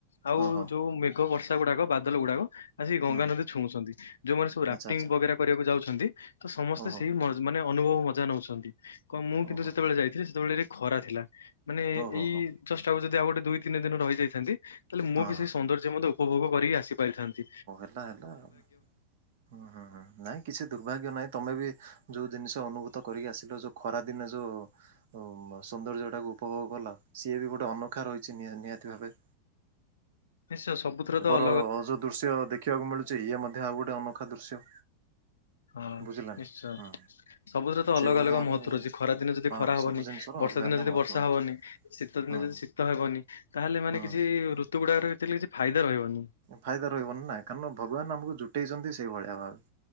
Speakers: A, on the left; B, on the right.
A: ଆଉ
B: ହଁ ହଁ
A: ଯୋଉ ମେଘ ବର୍ଷା ଗୁଡାକ ବାଦଲ ଗୁଡାକ ଆସିକି ଗଙ୍ଗାନଦୀ
B: ହୁଁ ହୁଁ
A: ଛୁଉଁଛନ୍ତି ଯୋଉମାନେ ସବୁ ରାଫ୍ଟିଙ୍ଗ
B: ଆଚ୍ଛା ଆଚ୍ଛା
A: ବଗେରା କରିବାକୁ ଯାଉଛନ୍ତି ତ ସମସ୍ତେ
B: ଓହୋ
A: ସେଇ ମ ମାନେ ଅନୁଭବ ମଜା ନଉଛନ୍ତି କଂ ମୁଁ କିନ୍ତୁ
B: ଓହୋ
A: ଯେତେବେଳେ ଯାଇଥିଲି ସେତେବେଳେ ରେ ଖରା ଥିଲା। ମାନେ
B: ଓହୋ
A: ଏଇ
B: ହୋ
A: ଜଷ୍ଟ ଆଉ ଗୋଟେ ଦୁଇ ତିନି ଦିନ ରହିଯାଇଥାନ୍ତି ତାହେଲେ ମୁଁ
B: ହଁ
A: ବି
B: ହଁ
A: ସେଇ ସୌନ୍ଦର୍ଯ୍ୟ ମଧ୍ୟ ଉପଭୋଗ କରିକି ଆସିପାରିଥାନ୍ତି।
B: ନାଁ ନାଁ ହୁଁ ହୁଁ ନାଇଁ କିଛି ଦୁର୍ଭାଗ୍ୟ ନାଇଁ ତମେ ବି ଯୋଉ ଜିନିଷ ଅନୁଭୂତ କରିକି ଆସିଲ ଯୋଉ ଖରାଦିନେ ଯୋଉ ଓ ସୌନ୍ଦର୍ଯ୍ୟ ଟାକୁ ଉପଭୋଗ କଲ ସିଏ ବି ଗୋଟେ ଅନଖା ରହିଛି ନି-ନିହାତି ଭାବେ
A: ନିଶ୍ଚୟ ସବୁଥିରେ ତ ଅଲ
B: ହଁ ଅ ଯୋଉ ଦୃଶ୍ୟ ଦେଖିବାକୁ ମିଳୁଛି ଇଏ ମଧ୍ୟ ଆଉ ଗୋଟେ ଅନୋଖା ଦୃଶ୍ୟ।
A: ହଁ
B: ବୁଝିଲ
A: ନିଶ୍ଚୟ
B: ନା। ହୁଁ
A: ସବୁଥିରେ ତ
B: ସେଇଭଳିଆ
A: ଅଲଗା ଅଲଗା
B: ଭାବେ
A: ମହତ୍ଵ ରହୁଛି ଖରା ଦିନ ଯଦି
B: ହଁ
A: ଖରା ହବନି
B: ସବୁ ଜିନିଷର
A: ବର୍ଷା
B: ଅଲଗା
A: ଦିନେ
B: ଅଲଗା
A: ଯଦି
B: ମହତ୍ଵ
A: ବର୍ଷା
B: ଅଛି।
A: ହବନି ଶୀତ ଦିନେ
B: ହୁଁ
A: ଯଦି ଶୀତ ତ ହେବନି ତାହେଲେ ମାନେ
B: ହୁଁ।
A: କିଛି ଋତୁ ଗୁଡାକରେ ଯେତଳେ କିଛି ଫାଇଦା ରହିବନି।
B: ଫାଇଦା ରହିବନି ନା କାରଣ ଭଗବାନ ଆମକୁ ଜୁଟେଇଛନ୍ତି ସେଇଭଳିଆ ଭାବେ।